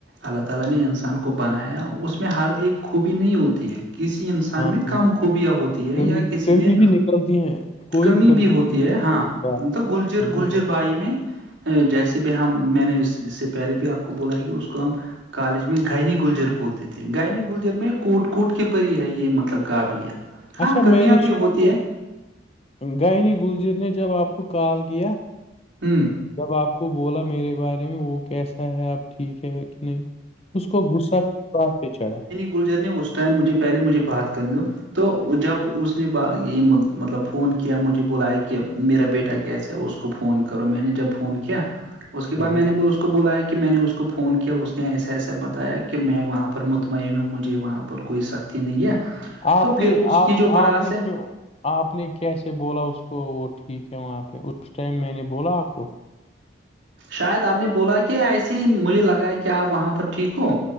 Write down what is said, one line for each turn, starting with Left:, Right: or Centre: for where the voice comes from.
Right: اللہ تعالی نے انسان کو بنایا اس میں ہر ایک خوبی نہیں ہوتی ہے کسی انسان
Left: ہاں
Right: میں کام
Left: ہاں
Right: ک خوبیاں ہوتی ہے
Left: کمی
Right: یا کسی
Left: کمی
Right: میں
Left: بھی نکلتی ہیں کوئی
Right: کمی
Left: پرفیکٹ
Right: بھی ہوتی
Left: نہیں
Right: ہے ہاں
Left: وہ بات
Right: تو گلجر
Left: وہ
Right: گلجر
Left: بات
Right: بائی میں جیسے بھی ہم میں نے اس اس سے پہلے بھی آپ کو بولا ہے کہ اس کام کالج میں گھنی گلجر بولتی تھھی گائنی گلجر میں کوٹ کوٹ کے بری ہے یہ مطلب قابلیت ہاں
Left: اچھا
Right: کمیاں
Left: میں نے
Right: بھی
Left: سنا
Right: ہوتی
Left: کہ
Right: ہے
Left: گائنی گلجیت نے جب آپ کو کال کیا
Right: ہوں
Left: جب آپ کو بولا میرے بارے میں وہ کیسا ہے آپ ٹھیک ہے کہ نہیں اس کو غصہ پ چڑھا
Right: گ جرنی اس ٹائم مجھے پہل مجھے بات کرنی دو تو جب اس اس نے یہ مطلب فون کیا مجھے بلایا کہ میرا بیٹا کیسا ہے اس کو فون کرو میں نے جب فون کیا کیا اس کے
Left: ہوں
Right: بعد میں نے اس کو بولایا کہ میں نے اس کو فون کیا اس نے ایسا ایسا بتا تا کہ میں وہاں پر مطمئن ہوں مجھے وہاں پر کوئی سخت نہیں ہے تو
Left: آپ
Right: پھر
Left: نے
Right: اس
Left: آپ
Right: کی جو
Left: آپ
Right: بڑاس
Left: نے
Right: ہے
Left: کیوں آپ نے کیسے بولا اس کو وہ ٹھیک ہے وہاں پہ اس ٹائم میں نے بولا آپ کو
Right: شاید آپ نے بولا کہ ایسے ہی مجھے لگا ہے کہ آپ وہاں پر ٹھیک ہو